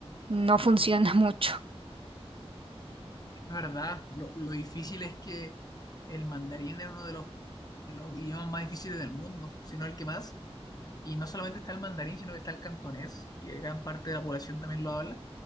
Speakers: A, on the right (about 60°); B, on the left (about 35°).
A: no funciona <laughs> mucho.
B: Es verdad, lo, lo difícil es que el mandarín es uno de los, de los idiomas más difíciles del mundo, si no el que más. Y no solamente está el mandarín, sino que está el cantonés, que gran parte de la población también lo habla.